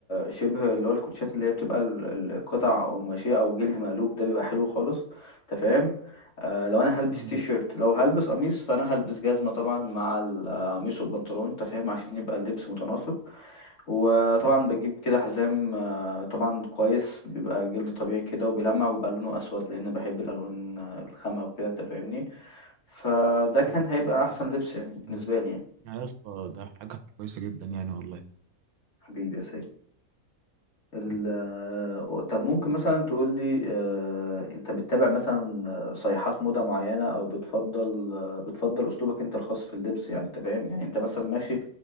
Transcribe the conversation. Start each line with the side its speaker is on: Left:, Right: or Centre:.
Left: شبه اللي هو الكوتشات اللي هي بتبقى ال- القطع قماشية أو جلد مقلوب ده بيبقى حلو خالص أنت فاهم آه لو أنا هلبس
Right: مم.
Left: تي شيرت لو هلبس قميص فأنا هلبس جزمة طبعا مع القميص والبنطلون أنت فاهم عشان يبقى اللبس متناسق وطبعا بجيب كده حزام آه طبعا كويس بيبقى جلد طبيعي كده وبيلمع وبيبقى لونه أسود لأن بحب الألوان آه، الخامقة وكده أنت فاهمني فده كان
Right: طب
Left: هيبقى أحسن
Right: كويس.
Left: لبس يعني
Right: مم.
Left: بالنسبة لي يعني
Right: يعني يا اسطى ده حاجه كويسه جدا يعني والله
Left: حبيبي يا سيد ال-
Right: طيب.
Left: آه، طب ممكن مثلا تقول لي آه، انت بتتابع مثلا آه، صيحات موضة معينة او بتفضل آه، بتفضل اسلوبك انت الخاص في اللبس يعني انت فاهم يعني انت مثلا ماشي